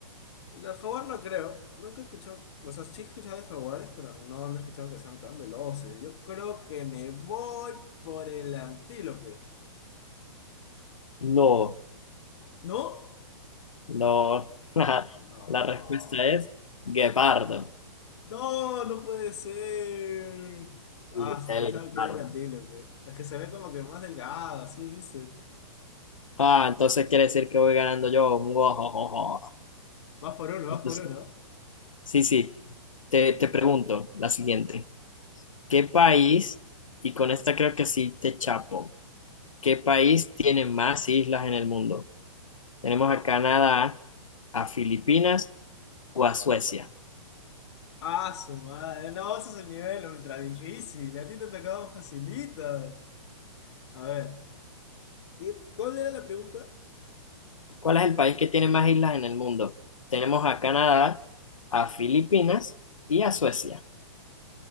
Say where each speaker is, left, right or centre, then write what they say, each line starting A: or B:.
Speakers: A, on the left; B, on the left.
A: Los jaguar no creo. Nunca he escuchado. O sea, sí he escuchado de jaguares, pero no, han escuchado que sean tan veloces. Yo creo que me voy por el antílope.
B: No,
A: ¿No?
B: no. <laughs>
A: No.
B: La respuesta es guepardo.
A: No, no puede ser. Ah,
B: Sí, el
A: pensaba
B: guepardo.
A: que era el antílope. Es que se ve como que más delgado, así, ¿viste?
B: Ah, entonces quiere decir que voy ganando yo. <laughs> Uojojojo.
A: Vas por uno,
B: Entonces,
A: vas por uno.
B: sí, sí. Te, te pregunto la siguiente. ¿Qué país? Y con esta creo que sí te chapo. ¿Qué país tiene más islas en el mundo? Tenemos a Canadá, a Filipinas o a Suecia.
A: Ah, su madre. No, ese es el nivel ultra difícil. A ti te ha tocado facilitas. A ver, ¿qué, cuál era la pregunta?
B: ¿Cuál es el país que tiene más islas en el mundo? Tenemos a Canadá, a Filipinas y a Suecia.